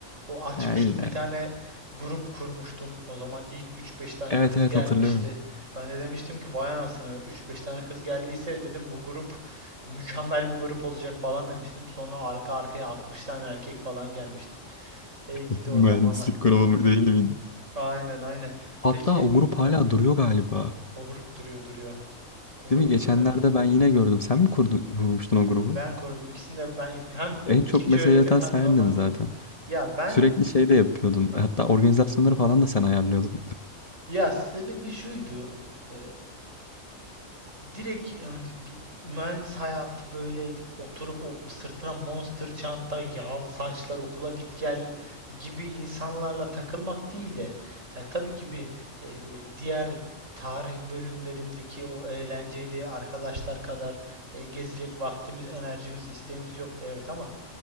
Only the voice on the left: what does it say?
Ha, illa.
Evet
evet
hatırlıyorum.
<laughs>
Mühendislik
grubu mu- değil miydi?
Hatta
o grup hala
duruyor galiba.
Değil mi? Geçenlerde
ben yine gördüm. Sen mi kurdu, kurmuştun o grubu?
En
çok mesaj
atan
sendin
zaten.
Sürekli şey de yapıyordun.
Hatta organizasyonları falan da sen ayarlıyordun.